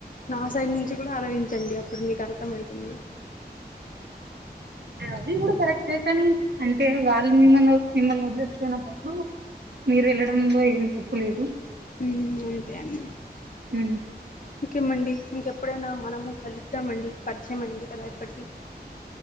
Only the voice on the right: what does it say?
అది కూడా కరెక్టే కానీ అంటే వాళ్ళని మిమ్మల్ని మిమ్మల్ని వదిలేసిపోయినప్పుడు మీరు వెళ్ళడంలో ఏం తప్పు లేదు
ఉమ్